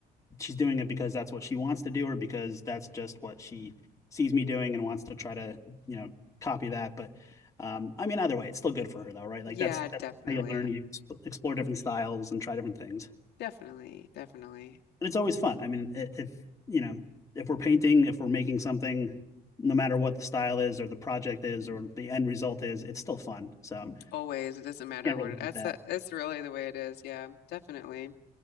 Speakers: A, on the left; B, on the left.
A: she's doing it because that's what she wants to do or because that's just what she sees me doing and wants to try to, you know, copy that. But um, I mean, either way, it's still good for her though, right? Like
B: Yeah,
A: that's
B: definitely.
A: that's how you learn, you explore different styles and try different things
B: Definitely, definitely.
A: and it's always fun. I mean, if you know, if we're painting, if we're making something, no matter what the style is or the project is or the end result is, it's still fun. So
B: Always. It doesn't matter
A: can't
B: what
A: really
B: it,
A: beat
B: that's
A: that.
B: that's really the way it is. Yeah, definitely.